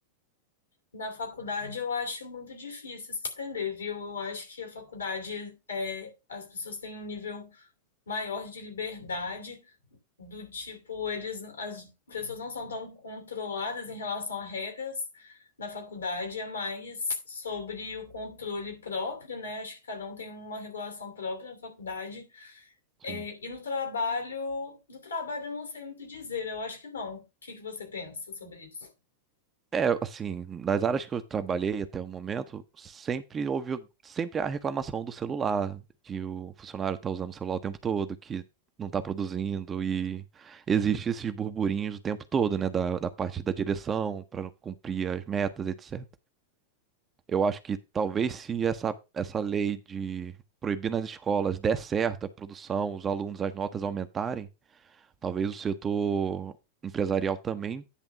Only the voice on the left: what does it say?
Na faculdade eu acho muito difícil se estender, viu? Eu acho que a faculdade é, as pessoas têm um nível maior de liberdade, do tipo, eles as pessoas não são tão controladas em relação a regras. Na faculdade é mais sobre o controle próprio, né? Acho que cada um tem uma regulação própria na faculdade. É,
e no trabalho, do trabalho eu não sei muito dizer, eu acho que não. O que que você pensa sobre isso?